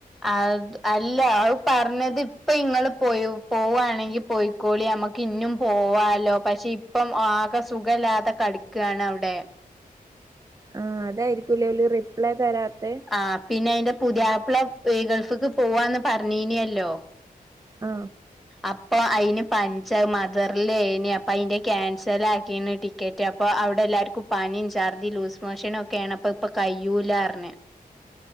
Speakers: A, in the centre; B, on the right.
A: അത് അല്ല അത് പർണത് ഇപ്പ ഇങ്ങള് പോയോ പോവാണെങ്കി പോയി ക്കോളി അമ്മക്ക് ഇഞ്ഞും പോവാല്ലോ പഷേ ഇപ്പം ആകെ സുഖല്ലാതെ കടിക്കാണ് അവ്ടെ
B: ആഹ് അതായിരിക്കുലേ ഓല് റിപ്ലൈ തെരാത്തത്
A: ആഹ് പിന്നെ അയിന്റെ പുതിയാപ്പ്ള ഈ ഗൾഫിക്ക് പോവാന്ന് പറഞ്ഞീനിയല്ലോ
B: അ.
A: അപ്പോ അയിന് പൻച് അഹ് മദറിലേന് അപ്പൊ അയിന്റെ ക്യാൻസൽ ആക്കിന്ന് ടി കേറ്റ് അപ്പൊ അവ്ടെ എല്ലാർക്കും പനിം ഛർദി ലൂസ് മോഷനുക്കേണ് അപ്പ ഇപ്പൊ കയ്യൂലാർണ്